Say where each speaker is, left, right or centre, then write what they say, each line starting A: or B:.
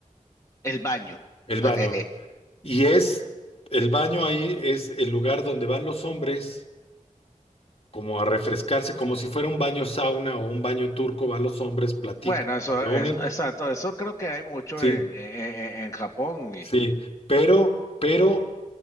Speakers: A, on the left; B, on the left.
A: El baño.
B: El Baño.
A: <laughs>
B: Y es, el baño ahí es el lugar donde van los hombres como a refrescarse, como si fuera un baño sauna o un baño turco, van los hombres, platican,
A: Bueno, eso
B: se reúnen.
A: es exacto. Eso creo que hay mucho
B: Sí,
A: en, en, en- en Japón
B: sí. Pero, pero